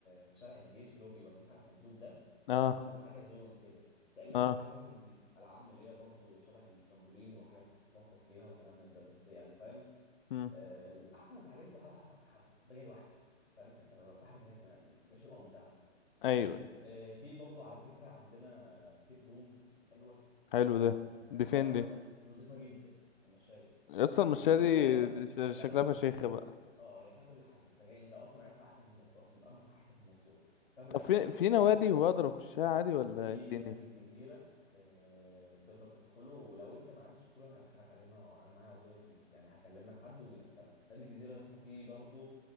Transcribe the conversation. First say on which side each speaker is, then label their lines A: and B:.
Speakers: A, on the left (about 90°); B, on the left (about 50°).
A: في شارع الجيش اللي هو بيوديك على صندوق ده
B: اه
A: اسمه حاجه زون كده تقريبا
B: اه
A: في حاجات من دي العاب اللي هي برضو شبه الترامبولين وحاجات تتنطط فيها وكلام من ده بس يعني فاهم
B: مم.
A: آه الاحسن في الحاجات دي تلعبها مع حد بس انت جاي لوحدك فاهم يعني انت لو لوحدك هتعمل- يعني ما تبقاش تبقى ممتع
B: ايوه أيوة.
A: آه في برضو على فكره عندنا سكيب روم حلوه
B: حلو
A: في
B: ده
A: في المشايه
B: دي فين
A: عندك
B: دي
A: نظيفه جدا المشايه
B: اصلا المشاية
A: بص
B: دي
A: المشايه بقول لك
B: دي ش-
A: فيها
B: شكلها
A: كل حاجه
B: فشيخة بقى
A: اه هي فيها كل حاجه انت جاي انت اصلا قاعد في احسن منطقه في احسن حته في المنصوره فيها كل
B: طب
A: حاجه
B: في في نوادي هو اقدر اخشها عادي ولا
A: في
B: إيه الدنيا
A: نادي الجزيره آه، تقدر تدخله ولو انت ما عرفتش تدخله انا هدخلك عليه انا أنا معايا عضويه فيه يعني هكلم لك حد ويدخلك نادي الجزيره يا اسطى فيه برضه